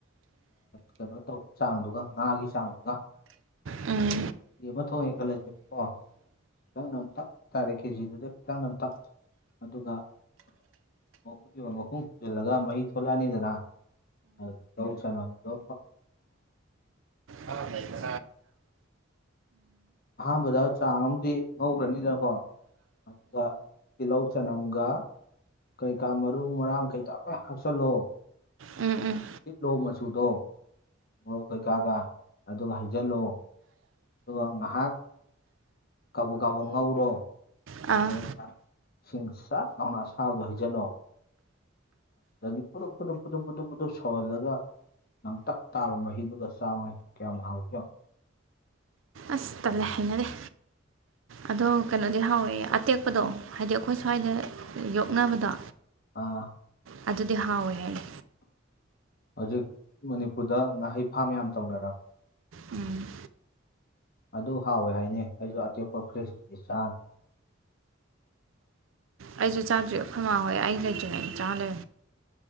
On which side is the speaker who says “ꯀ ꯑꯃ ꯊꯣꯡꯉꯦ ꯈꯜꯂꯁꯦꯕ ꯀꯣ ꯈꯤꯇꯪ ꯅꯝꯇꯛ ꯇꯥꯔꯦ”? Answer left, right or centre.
Left